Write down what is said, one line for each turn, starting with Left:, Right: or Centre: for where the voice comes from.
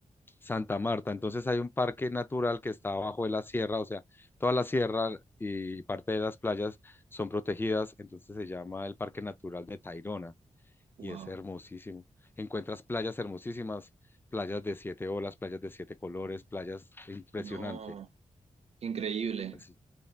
Left: Santa Marta, entonces hay un parque natural que está abajo de la sierra, o sea, toda la sierra y parte de las playas son protegidas, entonces se llama el Parque Natural de Tayrona
Right: wow,
Left: y es hermosísimo. Encuentras playas hermosísimas, playas de siete olas, playas de siete colores, playas impresionante.
Right: no, increíble.
Left: Así.